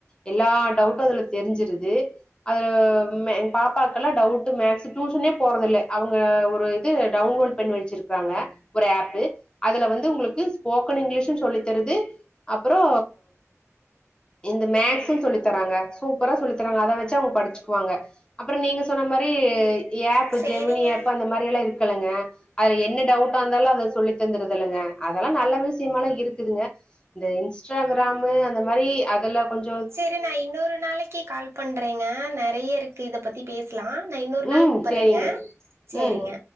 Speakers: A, on the left; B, on the right.
A: எல்லா டவுட்டு அதுல தெரிஞ்சிருது அது எங் பாப்பாக்கெல்லா டவுட்டு மேக்ஸ் டூஷனே போறதில்லே அவுங்க ஒரு இது டவுன்லோட் பண்ணி வச்சிருக்றாங்க ஒரு ஆப்பு அதுல வந்து உங்குளுக்கு ஸ்போக்கன் இங்கிலீஷு சொல்லித் தருது அப்றோ இந்த மேக்ஸு சொல்லி தராங்க சூப்பரா சொல்லி தராங்க அத வச்சி அவுங்க படிச்சிக்வாங்க அப்றோ நீங்க சொன்ன மாரி ஆப் பு
B: சேரிங்க
A: ஜெமினி ஆப்பு அந்த மாரிலா இருக்குல்லங்க அதுல என்ன டவுட்டாந்தாலு அத சொல்லி தந்துறது இல்லங்க அதெல்லா நல்ல விஷியமாலா இருக்குதுங்க இந்த இன்ஸ்ட்றா கிராமு அந்த மாரி அதுல கொஞ்
B: சரி நா இன்னொரு நாளைக்கு கால் பண்றேங்க நெறைய இருக்கு இத பத்தி பேச லா நா இன்னோறு நாள்
A: ம்
B: கூப்பறேங்க
A: சேரிங்க
B: சரிங்க
A: ம்